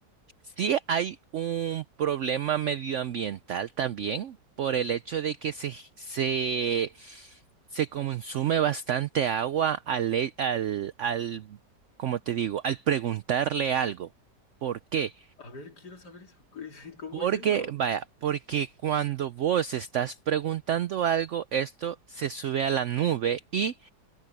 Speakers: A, on the right; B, on the left.
A: sí hay un problema medioambiental también por el hecho de que se, se, se consume bastante agua al, e- al, al, como te digo, al preguntarle algo. ¿Por qué?
B: A ver, quiero saber eso. <laughs> ¿Cómo
A: Porque,
B: es eso?
A: vaya, porque cuando vos estás preguntando algo, esto se sube a la nube y